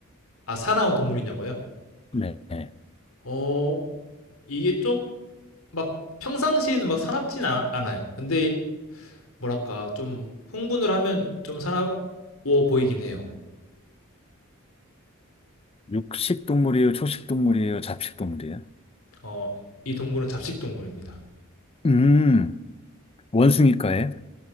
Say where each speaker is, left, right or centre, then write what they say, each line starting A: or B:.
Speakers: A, on the left; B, on the left.
A: 아, 살아온 동물이냐고요?
B: 네.
A: 어, 이게 쪽막 평상시에는 막 사납진 않, 않아요. 근데 뭐랄까 좀 흥분을 하면 좀 사나워 보이긴 해요.
B: 육식 동물이에요? 초식 동물이에요? 잡식 동물이에요?
A: 어, 이 동물은 잡식 동물입니다.
B: 음, 원숭이과예요?